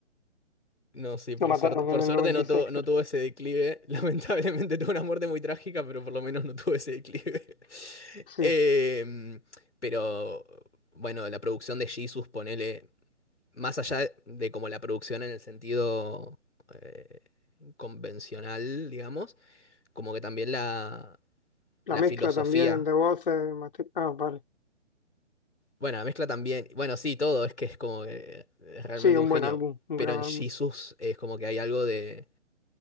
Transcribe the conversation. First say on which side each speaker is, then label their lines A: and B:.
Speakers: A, on the left; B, on the left.
A: no, sí, por
B: Lo mataron
A: suerte. Por
B: en
A: suerte
B: el noventa
A: no,
B: y seis
A: tu- no
B: claro.
A: tuvo ese declive. <laughs> Lamentablemente tuvo una muerte muy trágica, pero por lo menos no tuvo ese declive. <laughs>
B: Sí.
A: Em, pero bueno, la producción de Jesus, ponele, más allá de como la producción en el sentido eh, convencional, digamos, como que también la,
B: La
A: la
B: mezcla
A: filosofía.
B: también de voces. mate- Ah, vale.
A: Bueno, la mezcla también. Bueno, sí, todo, es que es como que es realmente
B: Sí, un
A: un genio.
B: buen álbum, un
A: Pero
B: gran
A: en
B: álbum.
A: Jesus es como que hay algo de